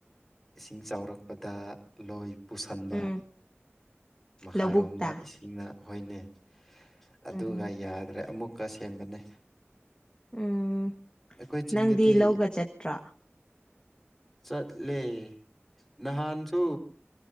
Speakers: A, in the centre; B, on the left.
A: ꯏꯁꯤꯡ ꯆꯥꯎꯔꯛꯄꯗ ꯂꯣꯏ ꯄꯨꯁꯟꯕ
B: ꯎꯝ
A: ꯃꯈꯥꯔꯣꯝꯗ
B: ꯂꯧꯕꯨꯛꯇ
A: ꯏꯁꯤꯡꯅ ꯍꯣꯏꯅꯦ ꯑꯗꯨꯒ
B: ꯎꯝ
A: ꯌꯥꯗ꯭ꯔꯦ ꯑꯃꯨꯛꯀ ꯁꯦꯝꯕꯅꯦ
B: ꯎꯝ
A: ꯑꯩꯈꯣꯏ ꯆꯤꯡꯗꯗꯤ
B: ꯅꯪꯗꯤ ꯂꯧꯒ ꯆꯠꯇ꯭ꯔꯣ
A: ꯆꯠꯂꯦ ꯅꯍꯥꯟꯁꯨ